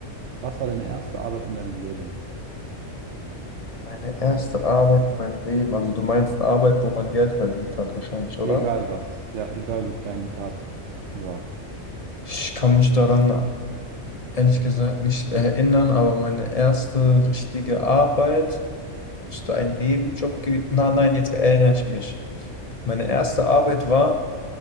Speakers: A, on the right; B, on the left.
A: Was war deine erste Arbeit in deinem Leben?
B: Meine erste Arbeit in meinem Leben, also du meinst Arbeit, wo man Geld verdient hat, wahrscheinlich, oder?
A: Egal was. Ja, egal wie klein die Tat war.
B: Ich kann mich daran ehrlich gesagt nicht erinnern, aber meine erste richtige Arbeit müsste ein Nebenjob gewesen. Na, nein, jetzt erinnere ich mich. Meine erste Arbeit war,